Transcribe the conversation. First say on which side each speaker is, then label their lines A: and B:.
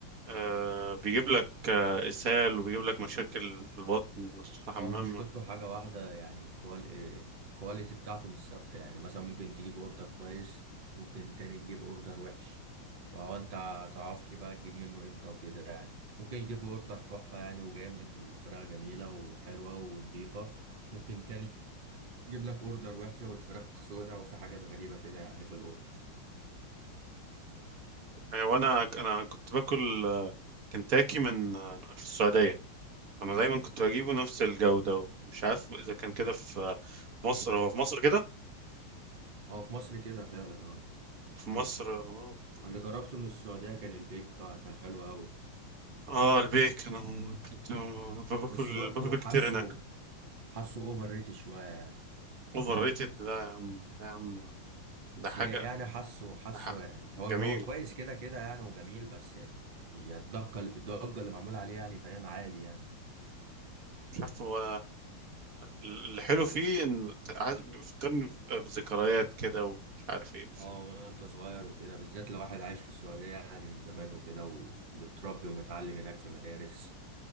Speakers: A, on the right (about 50°); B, on the right (about 65°).
A: آه بيجيب لك آه، اسهال وبيجيب لك مشاكل في البطن وتدخل الحمام
B: هو مشكلته
A: آه
B: حاجة واحدة يعني الكوال... الكواليتي بتاعته مش ثابتة يعني مثلا ممكن تجيب اوردر كويس ممكن تاني تجيب اوردر وحش فهو انت متعرفش بقى تجيب منه امتى وكده يعني ممكن يجيب اوردر تحفة يعني وجامد وفراخ جميلة وحلوة ونضيفة ممكن تاني يجيب لك اوردر وحشة والفراخ سودة وفي حاجات غريبة كده يعني في الاوردر
A: آه، وانا انا كنت باكل آه، كنتاكي من آه، في السعوديه انا دايما كنت بجيبه نفس الجوده ومش عارف اذا كان كده في آه، مصر هو في مصر كده
B: اه في مصر كده فعلا اه
A: في مصر آه.
B: اللي جربته من السعودية كان البيك طبعا كان حلو أوي
A: اه البيك انا كنت باكل
B: بس برضه
A: باكل بيك
B: حاسه
A: كتير هناك
B: حاسه اوفر ريتد شوية يعني
A: اوفر ريتد لا يا عم لا يا عم ده
B: بس
A: حاجه
B: يعني حاسه حاسه
A: ده حق.
B: يعني هو
A: جميل
B: هو كويس كده كده يعني وجميل بس مش الضجة الضجة اللي معمول عليه يعني فاهم عادي يعني
A: مش عارف هو الحلو فيه ان عايز- بيفكرني بذكريات كده ومش عارف ايه مش...
B: اه من انت صغير وكده بالذات لو واحد عايش في السعودية يعني من زمان وكده ومتربي ومتعلم هناك في مدارس